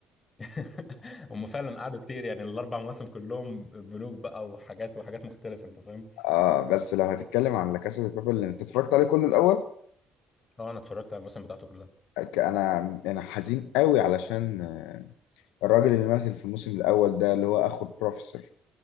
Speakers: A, on the left; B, on the left.
A: <laughs> هم فعلا قعدوا كتير يعني الاربع مواسم كلهم بنوك بقى وحاجات وحاجات مختلفه انت فاهم
B: اه بس لو هتتكلم عن لا كاسا دي بابل اللي انت اتفرجت عليه كله الاول
A: اه انا اتفرجت على المواسم بتاعته كلها
B: ك- انا انا حزين قوي علشان آه، الراجل اللي مثل في الموسم الاول ده اللي هو اخو البروفيسور